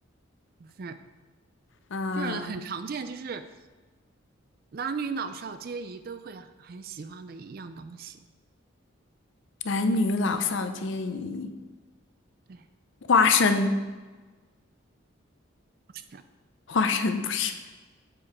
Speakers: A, on the right; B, on the left.
A: 不是，
B: 嗯，
A: 就是很常见，就是男女老少皆宜都会很很喜欢的一样东西。
B: 男女老少皆宜。
A: 对，
B: 花生，
A: 不是，
B: 花生不是。